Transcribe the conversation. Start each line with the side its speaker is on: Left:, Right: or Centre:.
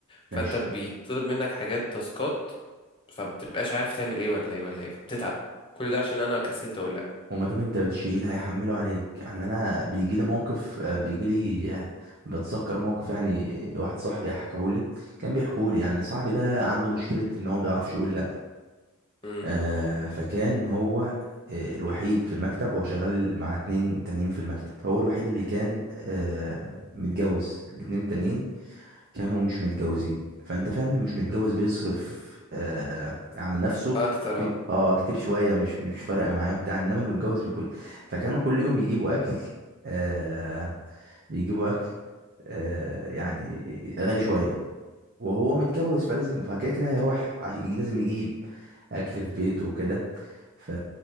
Left: فانت
Right: ماشي
Left: بيطلب منك حاجات تاسكات فبتبقاش عارف تعمل ايه ولا ايه ولا ايه فبتتعب كل ده عشان انا كسلت اقول لا
Right: وما دام انت بتشيل هيحمله عليك يعني انا بيجي لي موقف آه، بيجي لي آه، بتذكر موقف يعني لواحد صاحبي حكاهولي كان بيحكولي يعني صاحبي ده عنده مشكلة ان هو ما بيعرفش يقول لا
Left: امم
Right: آه، فكان هو آه، الوحيد في المكتب وهو شغال مع اتنين تانيين في المكتب هو الوحيد اللي كان آه، متجوز الاتنين التانيين كانوا مش متجوزين فانت فاهم اللي مش متجوز بيصرف آه على نفسه
Left: اكتر
Right: كتير
Left: اه
Right: اه كتير شويه مش مش فارقه معاه بتاع انما اللي متجوز بيكون فكانوا كل يوم يجيبوا اكل آه بيجيبوا اكل آه يعني غالي شويه وهو متجوز فلازم فكده كده هيروح عش- لازم يجيب اكل في بيته وكده ف...